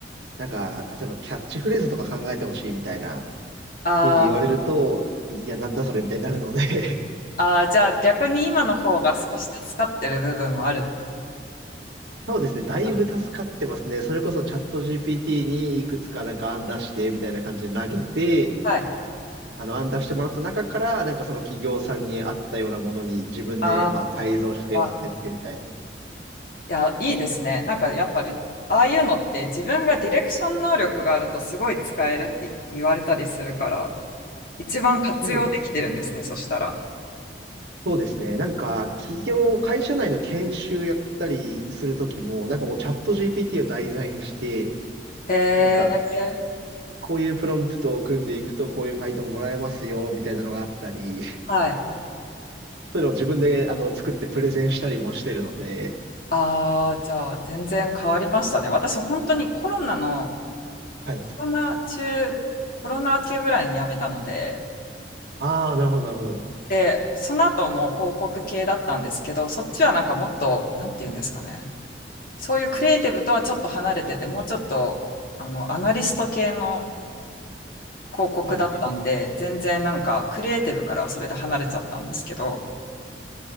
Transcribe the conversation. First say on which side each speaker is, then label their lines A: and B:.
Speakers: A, on the right (about 75°); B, on the left (about 55°).
A: なんか、例えばキャッチフレーズとか考えてほしいみたいな、
B: あー
A: ふうに言われると、いや、なんだそれみたいになるので <laughs>
B: あー、じゃあ逆に今の方が少し助かってる部分もある。
A: そうですね。だいぶ助かってますね。
B: あ
A: それこそチャット GPT にいくつかなんか案出してみたいな感じで投げて、
B: はい。
A: あの案出してもらった中から、なんかその企業さんに合ったようなものに自分でまあ改造して寄せてってみたいな。
B: ああ、いや、いいですね。なんかやっぱり、ああいうのって自分がディレクション能力があるとすごい使えるって言われたりするから、一番活用できてるんですね、
A: そうです
B: そしたら。
A: そうですね。なんか企業、会社内の研修やったりするときも、なんかもうチャット GPT を題材にして、
B: へ
A: なんか
B: え、
A: こういうプロンプトを組んでいくとこういう回答もらえますよみたいなのがあったり、
B: はい。
A: それを自分で、あの、作ってプレゼンしたりもしてるので、
B: ああ、じゃあ、全然変わりましたね。私、本当にコロナの、
A: はい。
B: コロナ中、コロナ明けぐらいに辞めたので、
A: ああ、なるほど、なるほど。
B: で、その後もう広告系だったんですけど、そっちはなんかもっと、なんて言うんですかね。そういうクリエイティブとはちょっと離れてて、もうちょっと、あの、アナリスト系の広告だったんで、
A: はい、はい。
B: 全然なんかクリエイティブからはそれで離れちゃったんですけど、